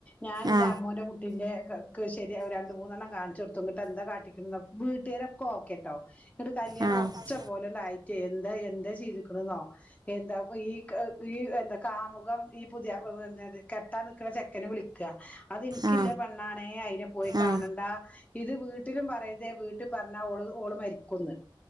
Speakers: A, on the left; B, on the right.
A: ഞാൻ ന്റെ
B: ആ ആ
A: അമ്മോന്റെ കുട്ടീന്റെ ക്ക് അത് ശെരിയാവൂല രണ്ട് മൂന്നെണ്ണം കാണിച്ചു കൊടുത്തു ന്ന്ട്ടെന്താ കാട്ടിക്ക്ണ്ന്നോ വീട്ടാരൊക്കെ ഓക്കെ ട്ടോ ന്ന്ട്ട്കല്യാണം
B: ആ ആ
A: ഒറച്ചപോലെ ണ്ടായിറ്റേ എന്താ എന്താ ചെയ്ത്ക്ക്ന്നോ എന്താപ്പം ഈ ഈ എന്താ കാമുകം ഈ പുതിയ കെട്ടാൻ നിക്കണ ചെക്കനെ വിളിക്കാ അത്എനിക്കില്ല
B: ആ
A: പെണ്ണാണെ അയിനെ പോയി കാണണ്ടാ
B: ആ ആ
A: ഇത് വീട്ടിലും പറയരുതേ വീ വീട്ടി പറഞ്ഞാ ഓള് ഓള് മരിക്കുന്ന്